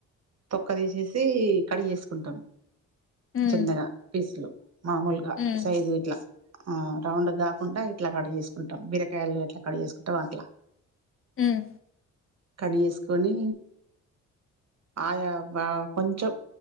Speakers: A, on the right; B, on the left.
A: తొక్క తీసేసి కడిగే సుకుంటాం
B: ఉమ్
A: చిన్నగా పీస్లు మామూలుగా
B: ఉమ్
A: సైజు ఇట్లా ఆ రౌండ్ కాకుండా ఇట్లా కడిగ చేేసుకుంటాం బీరకాయలు ఇట్లా కడిగ చేేసుకుంటాం అట్లా
B: ఉమ్
A: కని వేసుకొని ఆయా వ కొంచెం